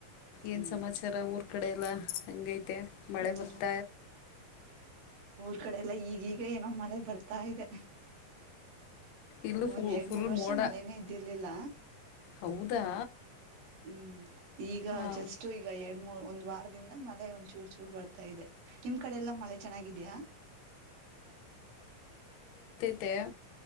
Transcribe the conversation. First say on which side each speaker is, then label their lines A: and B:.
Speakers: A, on the left; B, on the right.
A: ಏನ್
B: ಹ್ಮ್
A: ಸಮಾಚಾರ ಊರ್ ಕಡೆ ಎಲ್ಲಾ ಹಂಗೈತಿ ತೆ ಮತ್ತು ಮಳೆ
B: ಹ್ಮ್
A: ಬಂತ
B: ಈ ಕಡೆ ಎಲ್ಲಾ ಈಗೀಗ ಏನೋ ಮಳೆ ಬರ್ತ ತಾ ಇದೆ
A: ಇಲ್ಲೂ ಫು
B: ಒಂದ್ ಎರಡ್
A: ಫುಲ್
B: ಮೂರ್ ವರ್ಷ
A: ಮೋಡ
B: ಮಳೆನೇ ಇದ್ದಿರ್ಲಿಲ್ಲ
A: ಹೌದಾ
B: ಹ್ಮ್ ಈಗ
A: ಹಾಂ
B: ಜಸ್ಟ್ ಈಗ ಎರಡ್ರ್ ಒಂದ್ ವಾರದಿಂದ ಮಳೆ ಒಂದ್ಚೂರು ಚೂರು ಬರ್ತಾ ಇದೆ ನಿಮ್ ಕಡೆ ಎಲ್ಲಾ ಮಳೆ ಚೆನ್ನಾಗಿದ್ಯಾ
A: ಮತ್ತು <inaudible>